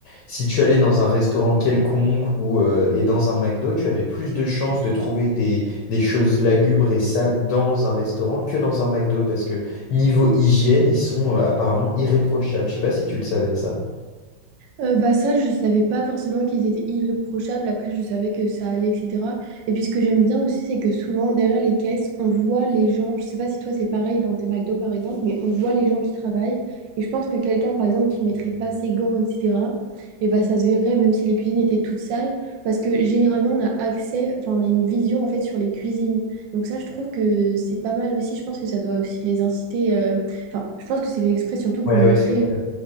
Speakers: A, on the left (about 75°); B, on the right (about 70°).
A: si tu allais dans un restaurant quelconque ou euh, et dans un McDo, tu avais plus de chances de trouver des des choses lugubres et sales dans un restaurant que dans un McDo parce que niveau hygiène, ils sont euh, apparemment irréprochables. Je sais pas si tu le savais ça.
B: Euh, bah ça, je savais pas forcément qu'ils étaient irréprochables. Après, je savais que ça allait, etc. Et puis, ce que j'aime bien aussi, c'est que souvent, derrière les caisses, on voit les gens. Je sais pas si toi, c'est pareil dans tes McDo, par exemple, mais on voit les gens qui travaillent. Et je pense que quelqu'un, par exemple, qui mettrait pas ses gants, etc., et bah, ça se verrait, même si les cuisines étaient toutes sales. Parce que généralement, on a accès, enfin, on a une vision, en fait, sur les cuisines. Donc ça, je trouve que c'est pas mal aussi. Je pense que ça doit aussi les inciter. euh, Enfin, je pense que c'est fait exprès, surtout pour
A: Ouais,
B: montrer
A: ouais, c'est clair.